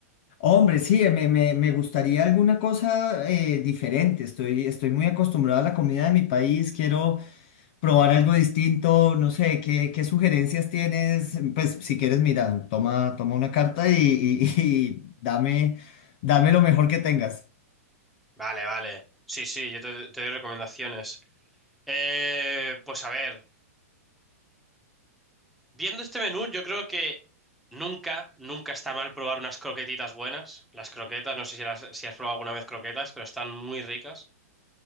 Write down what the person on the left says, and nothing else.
Hombre, sí, me, me- me gustaría alguna cosa eh, diferente. Estoy, estoy muy acostumbrado a la comida de mi país, quiero probar algo distinto, no sé, ¿qué, qué sugerencias tienes? Pues si quieres, mira, toma, toma una carta y, y- <laughs> y dame, dame lo mejor que tengas.